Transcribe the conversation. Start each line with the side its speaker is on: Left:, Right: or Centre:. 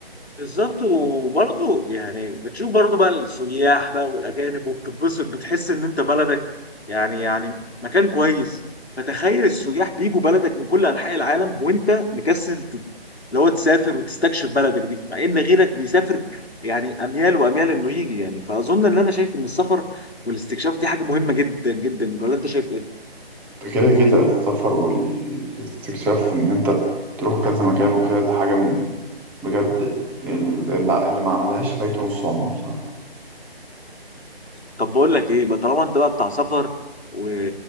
Left: بالظبط وبرضه يعني بتشوف برضه بقى السياح بقى والاجانب وبتتبسط بتحس ان انت بلدك يعني يعني مكان كويس فتخيل السياح بيجوا بلدك من كل انحاء العالم وانت مكسل ت- اللي هو تسافر وتستكشف بلدك دي مع ان غيرك بيسافر يعني اميال واميال انه يجي يعني فاظن ان انا شايف ان السفر والاستكشاف دي حاجه مهمه جدا جدا ولا انت شايف ايه؟
Centre: كده كده السفر والاستكشاف إن أنت تروح كذا مكان وكده ده حاجة من بجد ال- اللي, اللي ما عملهاش فايته نص عمره بصراحة
Left: طب بقول لك ايه بقى طالما انت بقى بتاع سفر و...